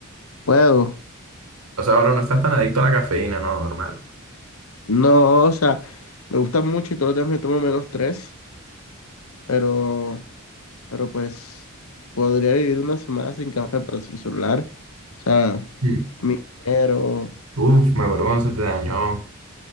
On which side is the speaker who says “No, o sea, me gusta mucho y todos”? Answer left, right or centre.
Left